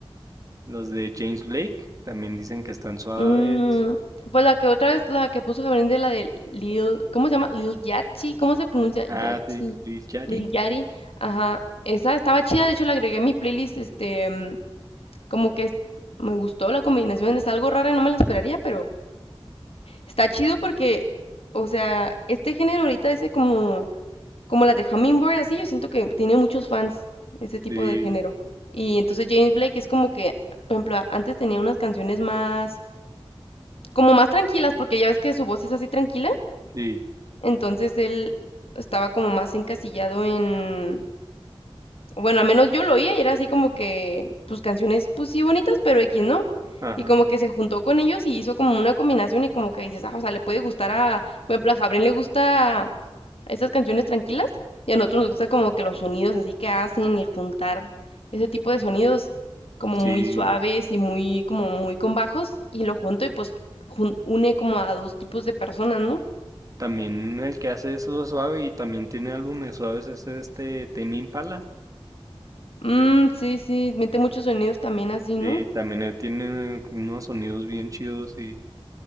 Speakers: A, on the right; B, on the left.
A: los de James Blake también dicen que están suaves.
B: Mm, pues la que otra vez, la que puso Gabriel de la de Lil, ¿cómo se llama? Lil Yachty, ¿cómo se pronuncia?
A: Ah,
B: Yachty,
A: sí, Lil Yachty.
B: Lil Yachty, ajá, esa estaba chida, de hecho la agregué a mi playlist, este, mm, como que es- me gustó la combinación, es algo rara y no me la esperaría, pero está chido porque, o sea, este género ahorita ese como como las de Hummingbird, así, yo siento que tiene muchos fans ese tipo
A: Sí,
B: de género. Y entonces James Blake es como que, por ejemplo, a- antes tenía unas canciones más, como más tranquilas, porque ya ves que su voz es así tranquila,
A: sí,
B: entonces él estaba como más encasillado en, bueno, al menos yo lo oía y era así como que, pues canciones, pues sí bonitas, pero X, ¿no?
A: ajá,
B: Y como que se juntó con ellos y hizo como una combinación y como que dices, ah, o sea, le puede gustar a, por ejemplo, a Jabrín le gusta esas canciones tranquilas y a nosotros nos gusta como que los sonidos así que hacen, el juntar ese tipo de sonidos como
A: sí.
B: muy suaves y muy como muy con bajos y lo junto y pues jun- une como a dos tipos de personas, ¿no?
A: También el que hace eso suave y también tiene álbumes suaves es este Tame Impala.
B: Mm, sí, sí, mete muchos sonidos también así, ¿no?
A: Sí, también él tiene unos sonidos bien chidos y